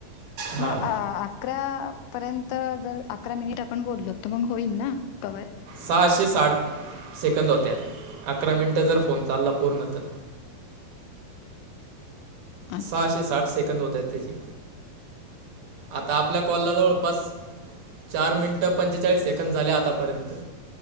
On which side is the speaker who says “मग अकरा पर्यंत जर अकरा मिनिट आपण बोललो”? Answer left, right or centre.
Left